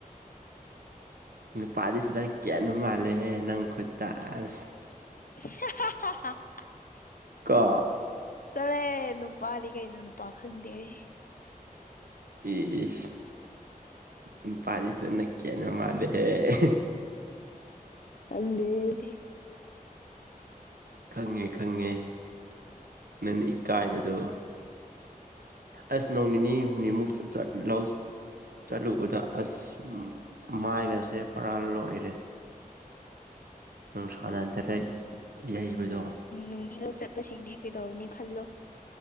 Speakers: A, on the right; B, on the left.
A: ꯅꯨꯄꯥꯗꯤ ꯐꯖꯅ ꯀꯦꯟꯕ ꯃꯥꯜꯂꯦꯍꯦ ꯅꯪ ꯈꯨꯠꯇ ꯑꯁ
B: <inaudible>
A: ꯀꯥ
B: ꯆꯠꯂꯥꯍꯦ ꯅꯨꯄꯥꯗꯤ ꯀꯩꯅꯣ ꯅꯨꯄꯥ ꯈꯪꯗꯦꯍꯦ
A: ꯏꯁ ꯅꯨꯄꯥꯥꯗꯤ ꯐꯖꯅ ꯀꯦꯟꯕꯥ ꯃꯥꯜꯂꯦꯍꯦ <inaudible>
B: ꯈꯪꯗꯦ ꯑꯩꯗꯤ
A: ꯈꯪꯉꯦ ꯈꯪꯉꯦ ꯅꯪꯅ ꯏꯀꯥꯏꯕꯗꯣ ꯑꯁ ꯅꯣꯡ ꯅꯤꯅꯤ ꯍꯨꯃꯅꯤ ꯃꯨꯛ ꯆꯠ ꯂꯧ ꯆꯠꯂꯨꯕꯗ ꯑꯁ ꯃꯥꯏꯒꯁꯦ ꯄꯨꯔꯥ ꯂꯣꯏꯔꯦ ꯅꯨꯡꯁꯥꯟꯅ ꯗꯥꯢꯔꯦꯛ ꯌꯩꯕꯗꯣ
B: ꯅꯨꯪꯊꯤꯜ ꯆꯠꯄꯁꯤꯡꯗꯤ ꯀꯩꯗꯧꯅꯤ ꯈꯜꯂꯣ